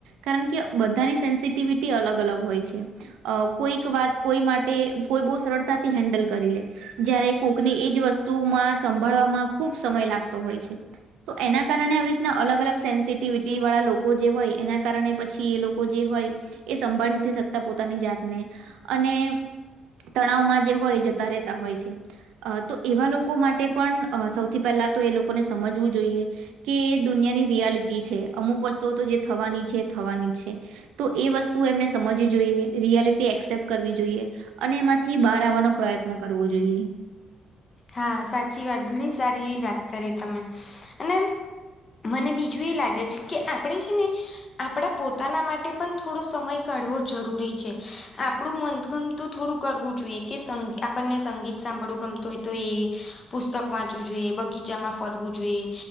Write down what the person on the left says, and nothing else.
હા સાચી વાત ઘણી સારી એવી વાત કરી તમે અને મને બીજું એ લાગે છે કે આપણે છે ને આપણા પોતાના માટે પણ થોડો સમય કાઢવો જરૂરી છે આપણું મનગમ તું થોડું કરવું જોઈએ કે આપણને સંગીત સાંભળવું ગમતું હોય તો એ પુસ્તક વાંચવું જોઈએ બગીચામાં ફરવું જોઈએ